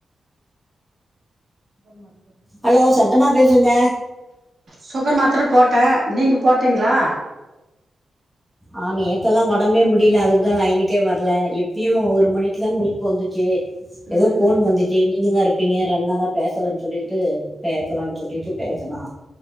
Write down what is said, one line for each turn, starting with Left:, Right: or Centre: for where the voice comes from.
Right: அப்புற மட்டு
Centre: ஹலோ சத்தமா பேசுங்க
Right: சுகர் மாத்திர போட்ட நீங்க போட்டங்ளா
Centre: ஆ நேத்தெல்லா உடமே முடியல அதுக்குதா யனுக்கே வரல எப்யடியு ஒரு மணிக்குதா முழிப்பு ஒரு மணிக்கு தா வந்துச்சி ஏதோ
Right: ம்
Centre: போன்
Right: ம்
Centre: வந்து <unintelligible> நீங்கதா இருப்பீங்க ரெண்டு பேசலன்னு சொல்லிட்டு பேசலாம்னு சொல்லிட்டு பேசலா